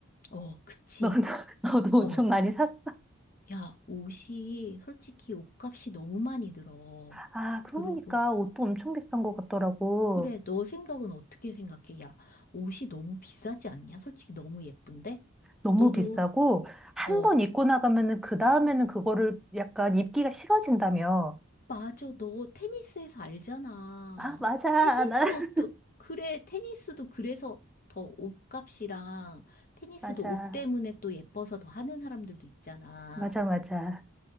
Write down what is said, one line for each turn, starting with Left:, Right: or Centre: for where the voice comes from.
Left: 어, 그치.
Centre: 너도, <laughs> 너도
Left: 어,
Centre: 옷 좀 많이 샀어?
Left: 야, 옷이 솔직히 옷값이 너무 많이 들어.
Centre: 아, 그러니까
Left: 그리고
Centre: 옷도 엄청 비싼 것 같더라고.
Left: 그래, 너 생각은 어떻게 생각해? 야, 옷이 너무 비싸지 않냐? 솔직히 너무 예쁜데?
Centre: 너무
Left: 너도
Centre: 비싸고, 한
Left: 어,
Centre: 번 입고 나가면은 그 다음에는 그거를 약간 입기가 식어진다며.
Left: 맞아, 너 테니스에서 알잖아.
Centre: 아, 맞아.
Left: 테니스
Centre: 나, <laughs>
Left: 옷도, 그래, 테니스도 그래서 더 옷값이랑 테니스도
Centre: 맞아.
Left: 옷 때문에 또 예뻐서 더 하는 사람들도 있잖아.
Centre: 맞아, 맞아.